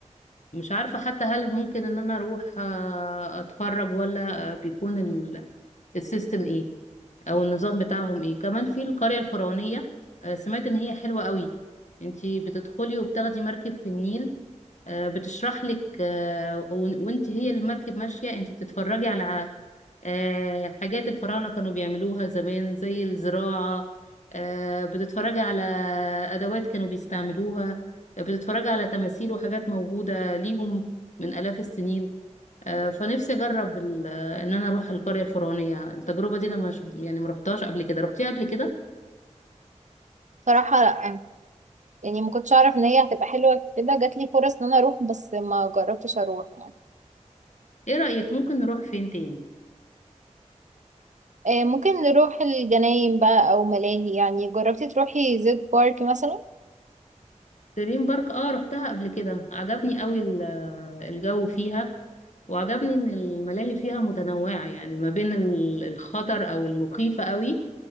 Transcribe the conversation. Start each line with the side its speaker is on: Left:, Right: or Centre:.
Left: مش عارفة حتى هل ممكن ان انا اروح آه، اتفرج ولا آه، بيكون ال- السيستم ايه او النظام بتاعهم ايه كمان في القرية الفرعونية آه، سمعت ان هي حلوة قوي انتي بتدخلي وبتاخدي مركب في النيل آه، بتشرح لك آه، ون- وانتي هي المركب ماشية انتي بتتفرجي على آه، حاجات الفراعنة كانوا بيعملوها زمان زي الزراعة آه، بتتفرجي على أدوات كانوا بيستعملوها آه، بتتفرجي على تماثيل وحاجات موجودة ليهم من آلاف السنين آه، فنفسي اجرب ال- آه، ان انا اروح القرية الفرعونية التجربة دي انا مش يعني ما رحتهاش قبل كده رحتيها قبل كده
Right: صراحة لا يعني ما كنتش اعرف ان هي هتبقى حلوة كده جات لي فرص ان انا اروح بس ما جربتش اروح يعني
Left: ايه رأيك ممكن نروح فين تاني
Right: آه، ممكن نروح الجناين بقى او ملاهي يعني جربتي تروحي زد بارك مثلا
Left: دريم بارك اه رحتها قبل كده عجبني قوي ال- آه، الجو فيها وعجبني ان الملاهي فيها متنوعة يعني ما بين ال- الخطر او المخيفة قوي